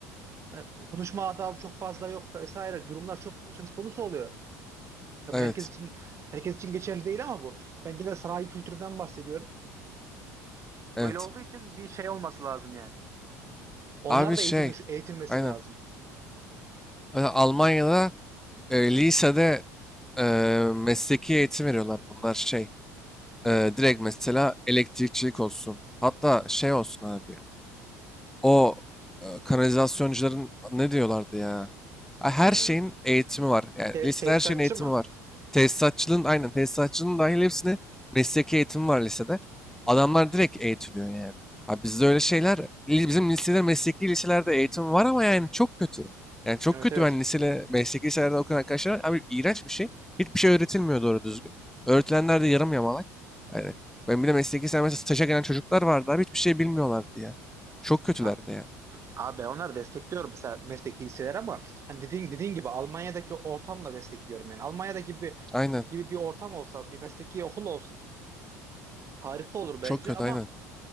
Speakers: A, on the right; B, in the centre.
A: e, konuşma adabı çok fazla yok vesaire durumlar çok söz konusu oluyor. Tabii
B: Evet,
A: herkes için herkes için geçerli değil ama bu. Ben yine sanayi kültüründen bahsediyorum.
B: evet.
A: Öyle olduğu için bir şey olması lazım yani. Onlar
B: Abi
A: da
B: şey,
A: eğitilmiş eğitilmesi
B: aynen.
A: lazım.
B: Mesela Almanya'da e, lisede e, mesleki eğitim veriyorlar. Bunlar şey, Ee, direkt mesela elektrikçilik olsun. Hatta şey olsun abi. O e, kanalizasyoncuların ne diyorlardı ya? Ha, Her
A: Ee,
B: şeyin eğitimi var. Yani
A: te-
B: lisede
A: tesisatçı
B: her şeyin eğitimi
A: mı?
B: var. Tesisatçılığın aynen tesisatçılığın dahil hepsine mesleki eğitimi var lisede. Adamlar direkt eğitiliyor yani. Ha, bizde öyle şeyler li- bizim lisede mesleki liselerde eğitim var ama yani çok kötü. Yani çok
A: Evet
B: kötü
A: evet.
B: ben lisede mesleki liselerde okuyan arkadaşlar var. abi iğrenç bir şey. Hiçbir şey öğretilmiyor doğru düzgün. Öğretilenler de yarım yamalak. Yani ben bir de mesleki sen mesela staja gelen çocuklar vardı abi hiçbir şey bilmiyorlardı ya. Çok kötülerdi
A: Ha-
B: yani.
A: abi onları destekliyorum mesela mesleki hisseler ama hani dediğin dediğin gibi Almanya'daki ortamla destekliyorum yani. Almanya'da gibi
B: Aynen.
A: gibi bir ortam olsa, bir mesleki okul olsa harika olur bence
B: Çok kötü
A: ama
B: aynen.